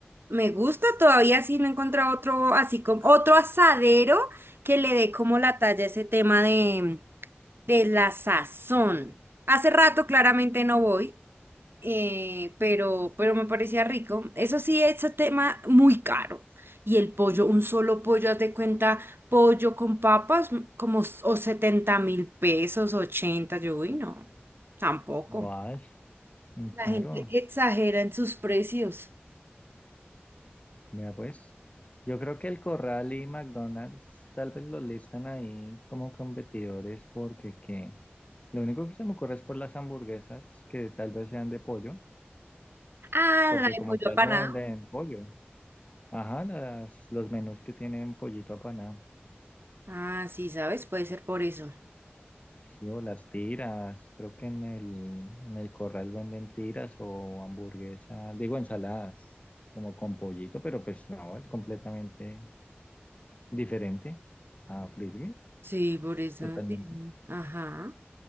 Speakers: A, on the right; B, on the left.
A: me gusta todavía si no encuentra otro, así como otro asadero que le dé como la talla a ese tema de, de la sazón. Hace rato claramente no voy, eh, pero, pero me parecía rico. Eso sí, ese tema muy caro. Y el pollo, un solo pollo, haz de cuenta, pollo con papas, m- como s- o setenta mil pesos, 80 yo, uy, no, tampoco.
B: Guay, muy
A: La
B: caro.
A: gente exagera en sus precios.
B: Mira, pues, yo creo que el Corral y McDonald's tal vez lo listan ahí como competidores porque que lo único que se me ocurre es por las hamburguesas que tal vez sean de pollo,
A: Ah,
B: porque
A: la de
B: como
A: pollo
B: tal
A: apanado.
B: no venden pollo. Ajá, las, los menús que tienen pollito apanado.
A: Ah, sí, ¿sabes? Puede ser por eso.
B: Sí, o las tiras, creo que en el, en el Corral venden tiras o hamburguesas, digo ensaladas, como con pollito, pero pues no, es completamente diferente a Frisbee,
A: Sí, por eso.
B: totalmente.
A: Sí, sí. Ajá.